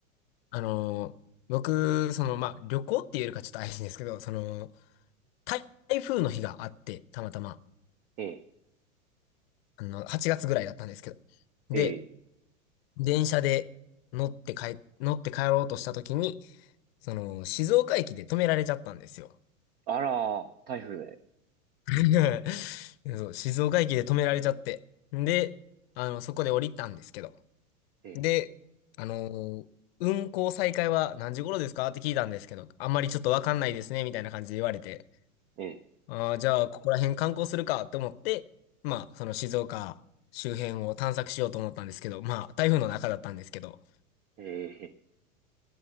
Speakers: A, on the left (about 45°); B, on the right (about 25°).
A: あのー僕、その、まあ、旅行って言えるかちょっと怪しいんですけど、その、台風の日があって、たまたま、
B: ええ
A: あの、8月ぐらいだったんですけど、で、
B: ええ
A: 電車で乗って帰、乗って帰ろうとした時に、その、静岡駅で止められちゃったんですよ。
B: あらー、台風で。
A: <laughs> そう、静岡駅で止められちゃって。で、あの、そこで降りたんですけど。
B: ええ
A: で、あのー運行再開は何時頃ですかって聞いたんですけど、あんまりちょっとわかんないですね、みたいな感じで言われて。
B: え
A: ああじゃあ、ここら辺観光するかと思って、まあ、その静岡周辺を探索しようと思ったんですけど、まあ、台風の中だったんですけど、
B: えええ